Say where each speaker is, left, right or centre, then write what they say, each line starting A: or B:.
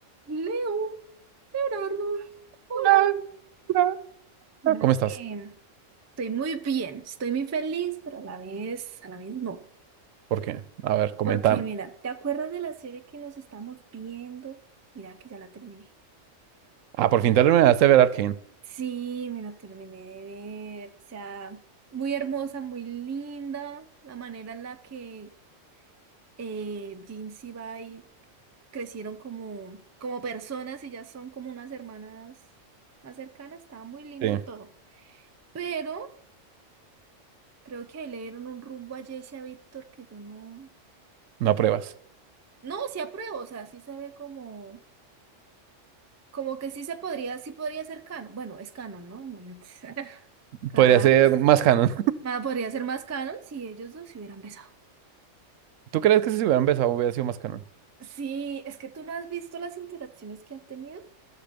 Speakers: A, on the right; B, on the right.
A: Leo, Leonardo, hola.
B: <laughs> Ah, ah,
A: Mira
B: ah, ¿Cómo estás?
A: que estoy muy bien, estoy muy feliz, pero a la vez, a la vez no.
B: ¿Por qué? A ver, coméntame.
A: Porque mira, ¿te acuerdas de la serie que nos estamos viendo? Mira que ya la terminé.
B: Ah, por
A: Ah,
B: fin terminaste de ver Arcane.
A: sí, me la terminé de ver. O sea, muy hermosa, muy linda. La manera en la que eh, Jin Sibai crecieron como, como personas y ya son como unas hermanas más cercanas. Estaba muy lindo
B: Sí,
A: todo. Pero Creo que ahí le dieron un rumbo a Jayce y a Víctor que yo no.
B: no pruebas.
A: No, sí apruebo, o sea, sí se ve como, como que sí se podría, sí podría ser canon. Bueno, es canon, ¿no? Imagínate. <laughs> Cada-
B: Podría ser más canon.
A: ma- podría ser más canon si ellos dos se hubieran besado.
B: <laughs> ¿Tú crees que si se hubiera empezado hubiera sido más canon?
A: Sí, es que tú no has visto las interacciones que han tenido.